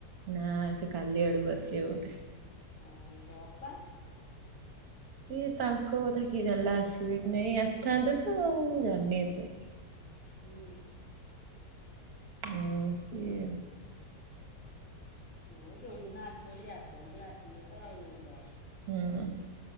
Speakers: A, on the right; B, on the left.
A: ନା ସେ କାଲି ଆଡକୁ ଆସିବେ ବୋଧେ।
B: ଆଉ ତ ଅପା
A: ସିଏ ତାଙ୍କ କଥା କିଏ ଜାଣିଲା ଆସିବେ କି ନାଇଁ ଆସିଥାନ୍ତେ ତ ଆଉ ମୁଁ ଜାଣିନି ଏତେ।
B: ହୁଁ।
A: ହଁ ସିଏ
B: ହଁ ଯୋଉ ଦିନ ଆସୁଚନ୍ତି ଆସନ୍ତୁ ଆସିବେ ତ ଆଉ। ତ
A: ହୁଁ